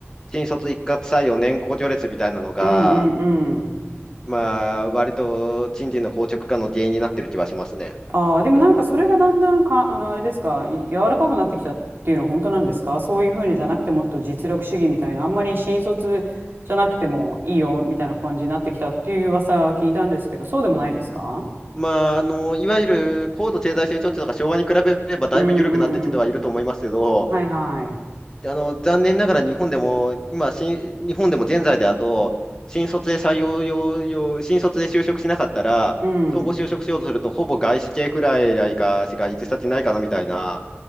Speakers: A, on the left; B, on the right.
A: 新卒一括採用年功序列みたいなのが、
B: うんうんうん。
A: まあ、割と賃金の硬直化の原因になってる気はしますね。
B: ああ、でもなんかそれがだんだんか、あの、あれですか、い柔らかくなってきたっていうのは本当なんですかそういうふうにじゃなくてもっと実力主義みたいな、あんまり新卒じゃなくてもいいよみたいな感じになってきたっていう噂は聞いたんですけど、そうでもないですか
A: まあ、あの、いわゆる高度経済成長期とか昭和に比べればだいぶ緩くなってきてはいると思いますけど、
B: うんうんうん。はいはい。
A: であの、残念ながら日本でも、今、新、日本でも現在であと、新卒で採用用、用新卒で就職しなかったら、
B: うん。
A: 総合就職しようとすると、ほぼ外資系くらいかしか行き先ないかなみたいな